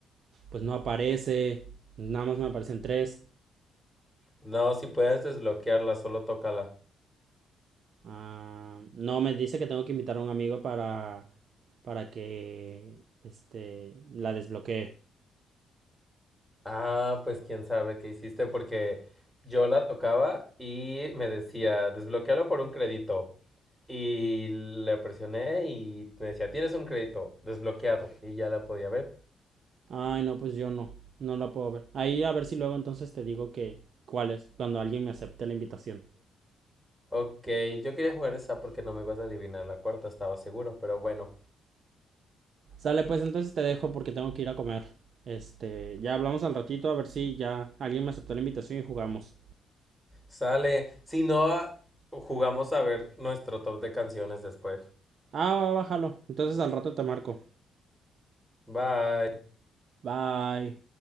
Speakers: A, on the right; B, in the centre.
A: Pues no aparece. Nada más me aparecen tres.
B: No, si puedes desbloquearla, solo tócala.
A: Ah, no, me dice que tengo que invitar a un amigo para, para que este, la desbloquee.
B: Ah, pues quién sabe qué hiciste porque yo la tocaba y me decía, desbloquealo por un crédito. Y le presioné y me decía, tienes un crédito desbloqueado. Y ya la podía ver.
A: Ay, no, pues yo no, no la puedo ver. Ahí a ver si luego entonces te digo que cuál es, cuando alguien me acepte la invitación.
B: Ok, yo quería jugar esa porque no me ibas a adivinar la cuarta, estaba seguro, pero bueno,
A: Sale, pues entonces te dejo porque tengo que ir a comer. Este, ya hablamos al ratito a ver si ya alguien me aceptó la invitación y jugamos.
B: sale. Si no, ah, jugamos a ver nuestro top de canciones después.
A: Ah, va, bájalo. Entonces al rato te marco.
B: Bye.
A: Bye.